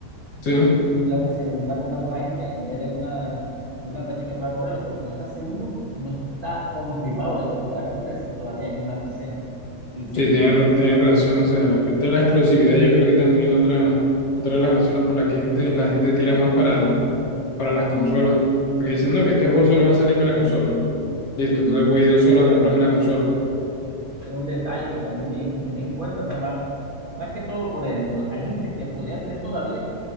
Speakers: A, on the left; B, on the right.
A: sí.
B: es lo que se vendrá contando la gente en vez de una, de una PC que pueda correrlo, porque no está seguro, no está confirmado de que pueda correrse todavía en una PC. Y si se
A: Sí,
B: puede,
A: tienen, ra- tienen razón. O sea, el aspecto de la exclusividad, yo creo que también otra, otra de las razones por las que gente, la gente tira más para, para las consolas. Porque dicen,
B: eh,
A: no, que este juego solo va a salir para consolas. Listo,
B: y es
A: entonces voy a ir de un solo a comprarme la consola.
B: es un detalle que también tienen tener en cuenta, o sea, más, más que todo, por ejemplo, hay gente que podría tener todavía